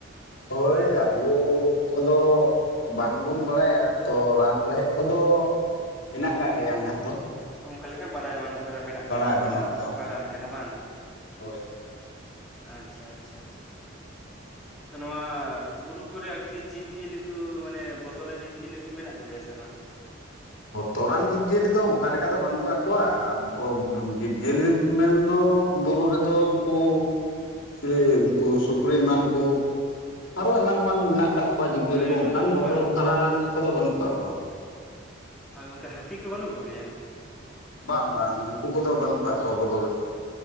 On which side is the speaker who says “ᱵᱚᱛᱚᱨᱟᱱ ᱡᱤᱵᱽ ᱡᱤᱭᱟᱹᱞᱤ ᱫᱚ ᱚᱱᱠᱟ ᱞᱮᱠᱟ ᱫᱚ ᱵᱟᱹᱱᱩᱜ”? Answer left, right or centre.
Left